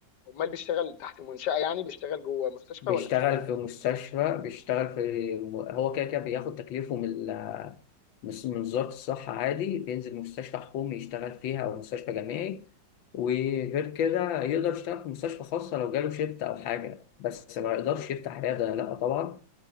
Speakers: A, on the left; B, on the left.
A: امال بيشتغل تحت منشأة يعني بيشتغل جوه مستشفى
B: بيشتغل
A: ولا بيشتغل فين
B: في مستشفى بيشتغل في هو كده كده بياخد تكليفه من ال- من من وزارة الصحة عادي بينزل مستشفى حكومي يشتغل فيها أو مستشفى جامعي وغير كده يقدر يشتغل في مستشفى خاصة لو جاله شيفت أو حاجة بس ما يقدرش
A: مم.
B: يفتح عيادة لأ طبعا